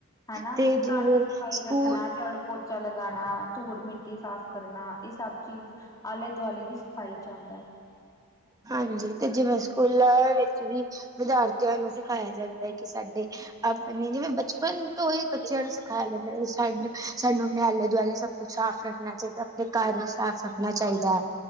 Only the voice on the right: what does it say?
ਤੇ ਜਿਵੇਂ
ਸਕੂਲ
ਹਾਂਜੀ ਤੇ ਜਿਵੇਂ ਸਕੂਲਾਂ ਵਿੱਚ ਵੀ ਵਿਦਿਆਰਥੀਆਂ ਨੂੰ ਸਿਖਾਇਆ ਜਾਂਦੈ ਕੀ ਸਾਡੇ ਆਪਣੀ ਨਾਂ ਬਚਪਨ ਤੋਂ ਹੀ ਬੱਚਿਆਂ ਨੂੰ ਸਿਖਾਇਆ ਜਾਂਦਾ ਸਾਡੇ ਸਾਨੂੰ <unintelligible> ਦੁਆਲੇ ਸਭ ਕ ਸਾਫ਼ ਰੱਖਣਾ ਚਾਈਦੈ ਆਪਣੇ ਘਰ ਨੂੰ ਸਾਫ਼ ਰੱਖਣਾ ਚਾਈਦੈ।